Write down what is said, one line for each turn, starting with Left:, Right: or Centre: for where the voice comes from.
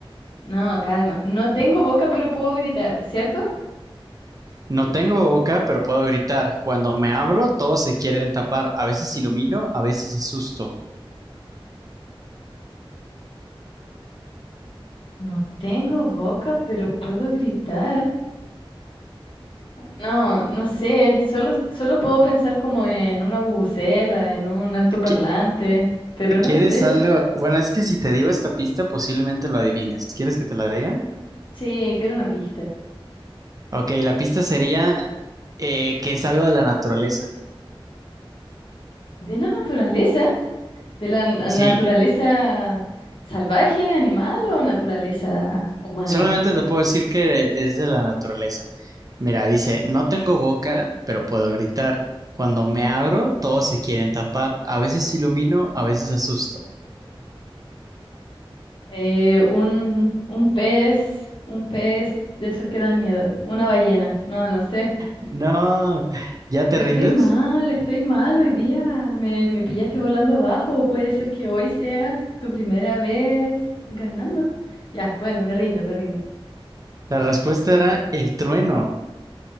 Left: no, calma. No tengo boca, pero puedo gritar, ¿cierto?
Right: No tengo boca, pero puedo gritar. Cuando me abro, todos se quieren tapar. A veces ilumino, a veces asusto.
Left: No tengo boca, pero puedo gritar. No, no sé, solo, solo puedo pensar como en una bubucela, en un altoparlante,
Right: ¿Qui-
Left: pero no
Right: ¿Quieres
Left: sé.
Right: algo? Bueno, es que si te digo esta pista, posiblemente lo adivines. ¿Quieres que te la diga?
Left: Sí, quiero una pista.
Right: Ok, la pista sería eh, que es algo de la naturaleza.
Left: ¿De la naturaleza? ¿De la, la
Right: Sí,
Left: naturaleza salvaje, animal o naturaleza humana?
Right: solamente te puedo decir que es de la naturaleza. Mira, dice, no tengo boca, pero puedo gritar. Cuando me abro, todos se quieren tapar. A veces ilumino, a veces asusto.
Left: Eh, un, un pez, un pez de esos que dan miedo, una ballena, no, no sé.
Right: No, ¿ya te
Left: Estoy
Right: rindes?
Left: mal, estoy mal hoy día, me, me pillaste volando bajo, puede ser que hoy sea tu primera vez ganando. Ya, bueno, me rindo, me rindo.
Right: La respuesta era el trueno.